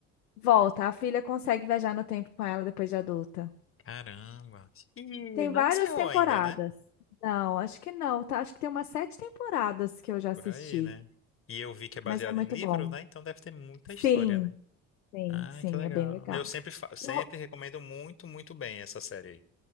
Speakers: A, on the left; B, on the left.
A: Volta, a filha consegue viajar no tempo com ela depois de adulta.
B: Caramba. E
A: Tem
B: não
A: várias
B: encerrou
A: temporadas.
B: ainda, né?
A: Não, acho que não, tá? Acho que tem umas sete temporadas que eu já assisti,
B: Por aí, né? E eu vi que é baseado
A: mas é muito
B: em livro,
A: bom.
B: né? Então deve ter muita
A: Sim,
B: história, né?
A: sim,
B: Ai,
A: sim,
B: que legal.
A: é bem legal.
B: Mas Eu sempre, fa- sempre
A: E o ro-
B: recomendo muito, muito bem essa série aí.